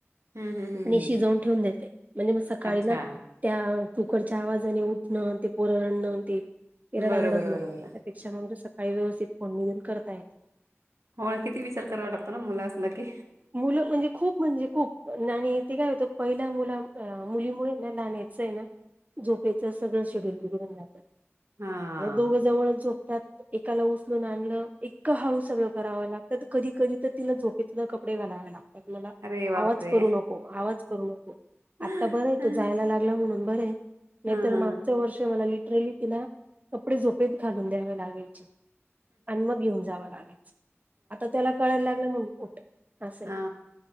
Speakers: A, on the right; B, on the right.
A: हं, हं, हं,
B: आणि
A: हं.
B: शिजवूंन ठेवूंन देते म्हणजे मंग सकाळीं
A: अच्छा.
B: नां त्यां कुकरच्यां आवांजाने उठणं ते पोर रडणं आणी ते ते रडारडच
A: बरोबर, बरोबर.
B: नको मंग सकाळी व्यवस्थित फोडणी देऊन करतां येते
A: हो किती विचार करांवा लागतो नां मुलं असले की
B: मुलं म्हणजे खूंप म्हणजे खूंप आणि ते कायं होतं पहिल्यां मुलां मुलीमुळे नां लनायचं आहे नां झोपेचं सगळं शेड्यूल बघडूंन जातं
A: हां.
B: दोघं जवळं झोपतांत एकांला उचलूंन आणलं एकं हळू सगळं करावं लागतं कधीं कधीं तरं तिलां झोपेतलं कंप कडे वालांव लागतांत मलां
A: अरे बापरे!
B: आवांज करूं नको आवांज करूं नको
A: हां,
B: आंता बरं आहे तो जायंला लागला म्हणून बरय. नाही
A: हां,
B: तर
A: हां.
B: मागच वर्ष मला लिटरली तिला- कपडे झोपेत घालून द्यावे लागायचे. आणि मग घेऊन जावं लागायच. आता त्याला कळायला लागलंय म्हणून उठ- असं आहे
A: हा.